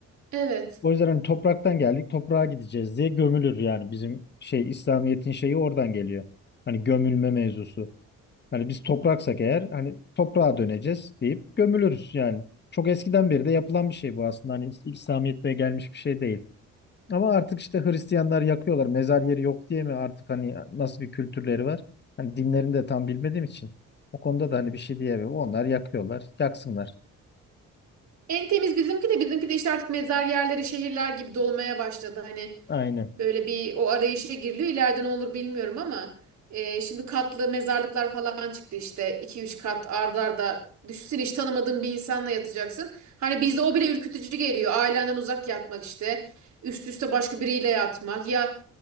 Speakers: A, on the right; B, on the left.
A: evet.
B: O yüzden hani topraktan geldik, toprağa gideceğiz diye gömülür yani bizim şey İslamiyet'in şeyi oradan geliyor. Hani gömülme mevzusu. Hani biz topraksak eğer hani toprağa döneceğiz deyip gömülürüz yani. Çok eskiden beri de yapılan bir şey bu aslında. Hani İs- İslamiyet'te gelmiş bir şey değil. Ama artık işte Hristiyanlar yakıyorlar. Mezar yeri yok diye mi artık hani nasıl bir kültürleri var? Hani dinlerini de tam bilmediğim için. O konuda da hani bir şey diyemem. Onlar yakıyorlar. Yaksınlar.
A: En temiz bizimki de bizimki de işte artık mezar yerleri şehirler gibi dolmaya başladı. Hani
B: Aynen.
A: Böyle bir o arayışa giriliyor. İleride ne olur bilmiyorum ama e, şimdi katlı mezarlıklar falan çıktı işte. iki üç kat ardarda arda. Düşünsene hiç tanımadığın bir insanla yatacaksın. Hani bizde o bile ürkütücü geliyor. Ailenden uzak yatmak işte. Üst üste başka biriyle yatmak. Ya